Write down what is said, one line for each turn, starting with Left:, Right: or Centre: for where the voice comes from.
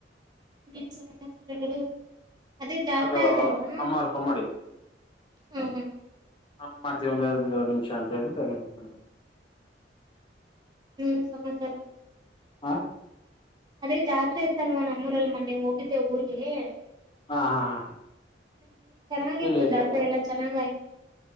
Right: ಇನ್ ಸಮಾಚಾರಗಳು ಅದೇ ಜಾತ್
Left: ಅದು
Right: ಆಯ್ತಲ್ವಾ.
Left: ಅಮ್ಮ ಅವ್ರು ಫೋನ್
Right: ಹಾ ಹಾ.
Left: ಹಾ ಮಾಡ್ತೀವಿ ಒಂದ ಒಂದು ನಿಮಿಷ ಅಂತ ಹೇಳ್ಬು ತಗೊಂಡಕ
Right: ಏನ್ ಸಮಾಚಾರ.
Left: ಹಾ.
Right: ಅದೇ ಜಾತ್ರೆ ಇತ್ತಲ್ವಾ ನಮ್ಮೂರಲ್ಲಿ ಮೊನ್ನೆ ಹೋಗಿದ್ದೆ ಊರ್ಗೆ.
Left: ಹಾ ಹಾ ಹಾ.
Right: ಹ್ಮ್ ಚೆನ್ನಾಗಿತ್ತು
Left: ಹೇಳಿ ಹೇಳಿ
Right: ಜಾತ್ರೆ ಎಲ್ಲಾ ಚೆನ್ನಾಗಯ್ತು.